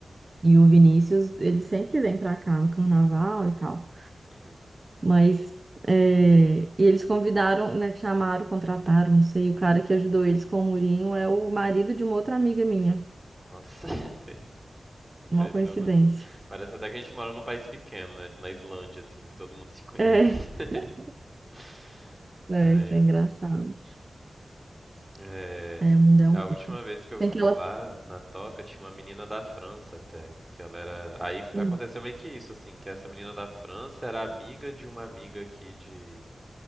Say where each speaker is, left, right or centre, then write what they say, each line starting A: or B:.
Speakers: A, on the right; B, on the right.
A: e o Vinícius, eles sempre vêm pra cá no carnaval e tal.
B: uhum.
A: Mas é, e eles convidaram, né, chamaram, contrataram, não sei, o cara que ajudou eles com o murinho é o marido de uma outra amiga minha.
B: Nossa, <laughs> impressionante.
A: Uma coincidência.
B: né? Parece até que a gente mora num país pequeno, né? Tipo na Islândia, assim, que todo mundo se conhece.
A: É, <laughs>
B: <laughs>
A: é,
B: Ai,
A: isso
B: ai.
A: é engraçado.
B: É,
A: É, o mundo é
B: a
A: um mundo.
B: última vez que eu
A: Tem
B: fui
A: que ela.
B: lá na Toca, tinha uma menina da França até, que ela era, aí f-
A: Hum,
B: aconteceu meio que isso assim, que essa menina da França era amiga de uma amiga aqui de